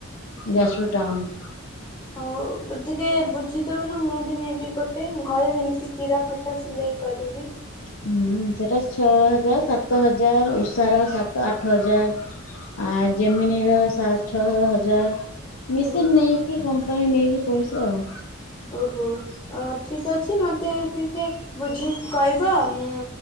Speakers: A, on the left; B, on the left.
A: ଯାଜପୁର ଟାଉନ୍।
B: ହଉ ଦୁ ଟିକେ ବୁଝି ଦୋଉନ ମୁଁ ବି ନେବି ଗୋଟେ ଘରେ ଯେମତି ଚିରା ଫଟା ସିଲେଇ କରିବି।
A: <inaudible> ହୁଁ ସେଟା ଛଅ ହଜାର ସା ତ ହଜାର ଉଷାର ସାତ ଆଠ ହଜାର ଆ ଜେମିନିର ସା ଛଅ ହଜାର। ମିସିନ୍
B: ହଉ।
A: ନେଇକି କ ପାନୀ ନେଇକି ପଇସା ଆଉ।
B: ଓହୋ ଆ ଠିକ ଅଛି ମତେ ଟିକେ ବୁଝିକି କହିବ ମୁଁ